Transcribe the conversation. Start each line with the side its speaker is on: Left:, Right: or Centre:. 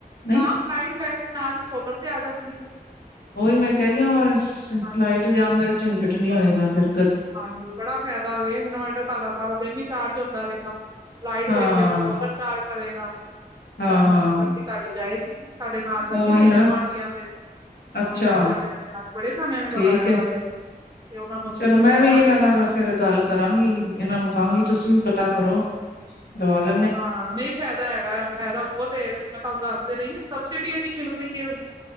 Left: ਨਹੀਂ
Right: ਹਾਂ ਲਾਈਟ ਜਾਏਗੀ ਨਾਲ ਹੀ ਸੋਲਰ ਤੇ ਆ ਜਾਂਦੀ ਹੈ।
Left: ਉਹੀ ਮੈਂ ਕਹਿ ਰਹੀ ਹਾਂ
Right: ਹਾਂਜੀ।
Left: ਲਾਈਟ ਜਾਣ ਦਾ ਵੀ ਝੰਜਟ ਨਹੀਂ ਹੋਏਗਾ ਫੇਰ
Right: ਹਾਂਜੀ ਬੜਾ ਫਾਇਦਾ ਵਵੇ ਇਨਵਰਟਰ ਤੁਹਾਡਾ ਸਾਰਾ ਦਿਨ ਹੀ ਚਾਰਜ ਹੁੰਦਾ ਰਹੇਗਾ। ਲਾਈਟ
Left: ਹਾਂ
Right: ਗਈ ਹੈ ਤੇ ਸੋਲਰ ਚਾਰਜ ਕਰੇਗਾ, ਤੇ
Left: ਹਾਂ
Right: ਤੁਹਾਨੂੰ
Left: ਹਾਂ
Right: ਬੱਤੀ ਤੁਹਾਡੀ ਜਾਏਗੀ ਸਾਡੇ ਨਾਲ ਲੱਗੇ
Left: ਉਹੀ
Right: ਹੋਏ
Left: ਨਾ
Right: ਨੇ ਗੁਆਂਢੀਆਂ ਦੇ
Left: ਅੱਛਾ
Right: ਦੋ ਚਾਰ ਜਾਣਿਆਂ ਤੇ ਹਜੀ ਬੜੇ ਜਾਣਿਆਂ ਨੇ
Left: ਠੀਕ
Right: ਲਗਾਇਆ
Left: ਹੈ
Right: ਦਾ ਵੇ, ਤੇ ਉਹਨਾਂ ਨੂੰ ਅਸੀਂ
Left: ਚਲੋ
Right: ਪੁੱਛਿਆ
Left: ਮੈਂ ਵੀ
Right: ਨਾ
Left: ਇਹਨਾਂ ਨਾਲ ਫੇਰ ਗੱਲ ਕਰਾਂਗੀ, ਇਹਨਾਂ ਨੂੰ ਕਹਾਂਗੀ
Right: ਹਾਂ
Left: ਤੁਸੀਂ ਵੀ ਪਤਾ ਕਰੋ। ਦਵਾਲ
Right: ਹਾਂ ਨਹੀਂ ਫਾਇਦਾ ਹੈਗਾ ਫਾਇਦਾ ਬਹੁਤ ਇਹ, ਮੈਂ ਤੁਹਾਨੂੰ ਦੱਸ ਤੇ ਰਹੀ ਹਾਂ ਸਬਸਿਡੀ ਐਨੀ ਮਿਲ ਰਹੀ ਹੈ ਵੀ